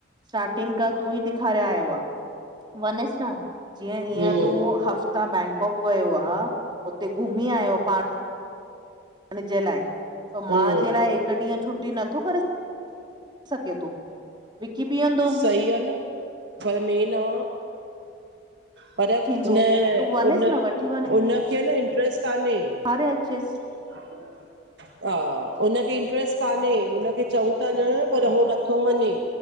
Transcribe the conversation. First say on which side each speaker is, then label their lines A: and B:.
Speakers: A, on the right; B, on the right.
A: स्टारटिंगग कर तू ई ॾेखारे आयो आ, वञेस न जीअं ईअं
B: हूं
A: तूं ह तां बैंकॉक वयो आ उते घुमी आयो पा <unintelligible> लाइ पो
B: हूं
A: माउ जे लाइ हिकु ॾींहुं छुटी नथो करे सघे तो, विक्की ॿीहंदो।
B: सही आ न पर मेंन आ पर,
A: थींदो
B: न
A: तूं वञेसि
B: उन
A: न वठी
B: उनखे न इंट्रेस्ट कान्हे।
A: <unintelligible> अचेस।
B: <inaudible> हा, हुनखे इंट्रेस्ट कान्हे हुनखे चऊं ता न पर हो नथो मञे।